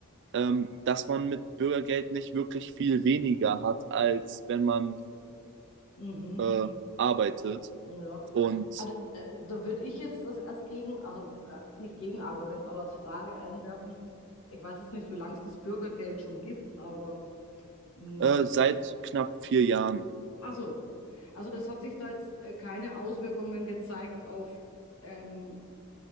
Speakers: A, on the right; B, on the left.
A: ähm, dass man mit Bürgergeld nicht wirklich viel weniger hat, als wenn man
B: mhm,
A: äh, arbeitet
B: ja.
A: und
B: Also, äh, da würde ich jetzt das als Gegen, also äh, nicht Gegenargument, aber als Frage einwerfen. Ich weiß jetzt nicht, wie lange es das Bürgergeld schon gibt, aber mh,
A: äh, seit knapp vier Jahren.
B: ach so. Also es hat sich da jetzt äh, keine Auswirkungen gezeigt auf ähm,